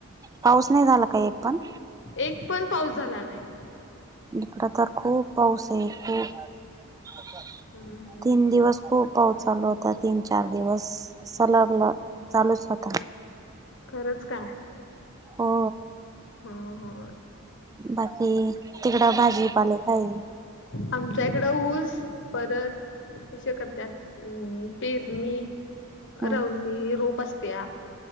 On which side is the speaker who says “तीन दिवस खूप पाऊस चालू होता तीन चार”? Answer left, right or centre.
Right